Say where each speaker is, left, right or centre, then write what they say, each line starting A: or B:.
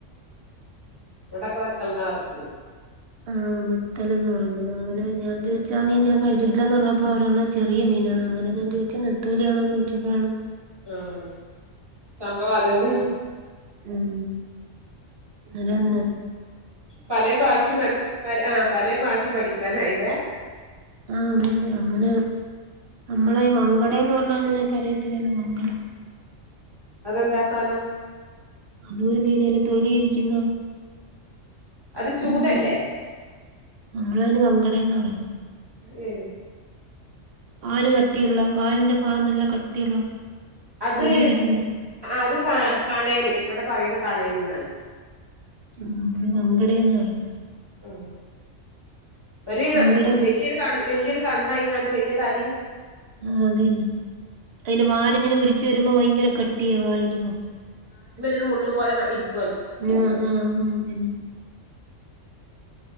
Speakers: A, on the right; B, on the right.
A: ഉടക്ക വക്കൽതാ വത്തി
B: ആഹ മുത്തലന്ന് പറഞ്ഞു അങ്ങനെ ഞാൻ ചോദിച്ചാ മീ ഞാൻ കഴിച്ചിട്ടില്ലന്ന് പറഞ്ഞപ്പോ അവരോ ചെറിയ മ പിന്നെ അങ്ങെ ഞാൻ ചോച്ച നത്തവലാണോ ചോച്ചപ്പോഴണോ
A: ആഹ സംഭവ അതന്നെ
B: ഉം അല്ലൊന്ന
A: പല ഭാഷയും മ പ ആ് പല ഭാഷയും പഠിക്കാനായില്ല
B: ആഹ അതെ അതെ അങ്ങനെ നമ്മള ഈ വങ്കട എന്ന് പറഞ്ഞല് ഞനക്ക് അറിയത്തില്ലല്ല വങ്കട
A: അതെന്താസാനോ
B: ആ നൂറ് മീനല്ല തൊലി ഉരിക്കുന്ന
A: അത് ചൂതല്ലേ
B: ന്ത നമ്മള അതിന് പങ്കടന്ന് പറയുന്നു
A: ഉഏ
B: ആല് കട്ടിയുള്ള വാലിന്റെ ഭാഗം നല്ല കട്ടിയുള്ള
A: അത്
B: തൊലി ഇരിക്കുന്ന
A: അത് കാ കാണയനി ഇവിടെ പറയുന്ന കാണയനി എന്നാണ്
B: ആ നമ്മള് വങ്കടന്ന് പറയ
A: ഉ ഒരു
B: വങ്കട
A: വല്യൊരു ക വല്യൊരു കണ്ണാ ഇങ്ങാണ്ട് വലിയ തലി
B: ആ അതെന്നെ അതിന്റെ വാലിങ്ങനെ ഉരിച്ചു വരുമ്പോ ഭയങ്കര കട്ടിയാ വാലിന്റെപ്പോ
A: രു മുള്ള് പോലെരിക്കും
B: ആഹ ആഹ് ആതന്നെ
A: ഉ